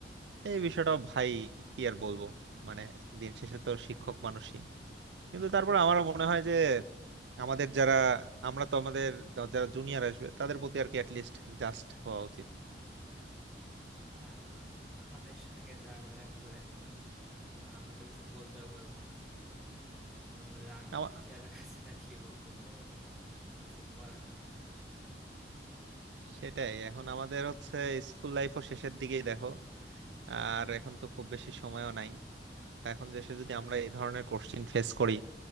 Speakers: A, on the right (about 80°); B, in the centre.
A: এই বিষয়টা ভাই কি আর বলবো মানে দিন শেষে তো শিক্ষক মানুষই কিন্তু তারপর আমার মনে হয় যে আমাদের যারা আমরা তো আমাদের যা- যারা জুনিয়র আসবে তাদের প্রতি আর কি অ্যাটলিস্ট জাস্ট হওয়া উচিত
B: হ্যাঁ এখন আমাদের সঙ্গে যা করার করে নিল আমরা তো কিছু বলতেও পারবো না এখন রাগ
A: আমা-
B: পুষে রাখা ছাড়া কি বল- করবো বলো আমাদের তো কিছু করার নেই
A: সেটাই এখন আমাদের হচ্ছে স্কুল লাইফও শেষের দিকেই দেখো আর এখন তো খুব বেশি সময়ও নাই তা এখন দেশে যদি আমরা এই ধরনের কোশ্চিন ফেস করি